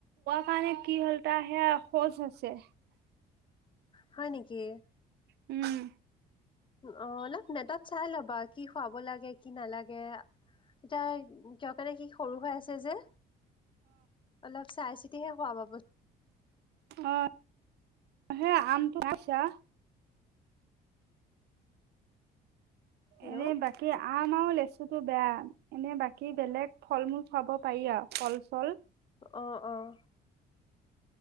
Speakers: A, on the right; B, on the left.
A: কাৰণে কি হ'ল তাৰ সেইয়া শৌচ হৈছে।
B: হয় নেকি?
A: উম।
B: অ, অলপ নেটত চাই ল'বা কি খুৱাব লাগে। কি নালাগে। এতিয়া উ কিয়, কাৰণে সি সৰু হৈ আছে যে অলপ। চাই চিতিহে খোৱাবা বস্তু।
A: অ, সেই আমটো আছা?
B: হেল্ল'
A: এনে, বাকি আম আৰু লেচু বস্তুতো বেয়া, এনে বাকী বেলেগ ফল মূল খাব পাৰি আৰু ফল চল।
B: অহ অহ।